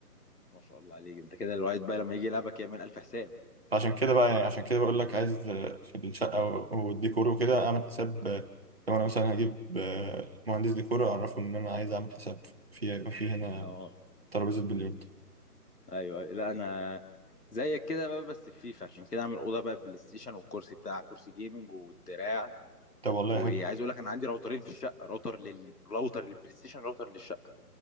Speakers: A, on the left (about 75°); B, on the right (about 40°).
A: ما شاء الله عليك انت كده الواحد بقى لما يجي يلعبك يعمل الف حساب
B: عشان كده بقى يعني عشان كده بقول لك عايز آه، في الشقه و- والديكور وكده اعمل حساب آه، لو انا مثلا هجيب آه، مهندس ديكور اعرفه ان انا عايز اعمل حساب في يبقى في هنا
A: اه
B: ترابيزه بلياردو
A: ايوه لا انا زيك كده بقى بس في فيفا عشان كده عامل اوضه بقى بلاي ستيشن والكرسي بتاع كرسي جيمنج والدراع
B: طب والله
A: وعايز
B: حلو
A: اقول لك انا عندي راوترين في الشقه راوتر لل راوتر للبلاي ستيشن راوتر للشقه